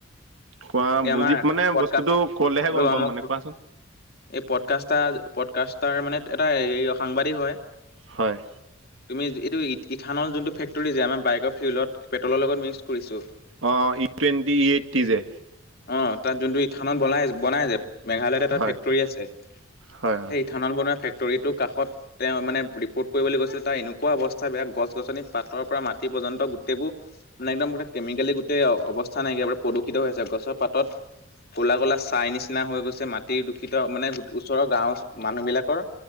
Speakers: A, on the right (about 70°); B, on the left (about 50°).
A: কোৱা
B: এই আমাৰ
A: বুজি মানে
B: পডকাষ্ট
A: বস্তুটো কলেহে
B: ৰবা
A: গম পাম
B: মই
A: মানে
B: কৈ
A: কোৱাচোন।
B: এই পডকাষ্টাৰ পডকাষ্টাৰ মানে এটা হেৰি সাংবাদিক হয়।
A: হয়।
B: তুমি এইটো ইথানলৰ যোনটো ফেক্টৰী যে আমাৰ বাইকৰ ফউ্ডত পেটলৰ লগত মিক্স কৰিছোঁ
A: অ ই টুৱেণ্টি ই এইটটি যে
B: অহ তাত যোনটো ইথানল বনাই বনাই যে মেঘালয়ত এটা
A: হয়,
B: ফেক্টৰী আছে
A: হয়, হয়।
B: সেই ইথানল বনোৱা ফেক্টৰীটোৰ কাষত তেওঁ মানে ৰিপৰ্ট কৰিবলৈ গৈছিলে তাৰ এনেকুৱা অৱস্থা বেয়া গছ গছনি পাতৰ পৰা মাটি পৰ্যন্ত গোটেইবোৰ একদম এনে এক দম আজিকালি গোটেই অৱস্থা নাইকিয়া প্ৰদূষিত হৈ আছে গছৰ পাতত ক'লা কলা চাই নিচিনা হৈ গৈছে মাটিৰ দূষিত মানে ওচৰৰ গাঁওৰ মানুহ বিলাকৰ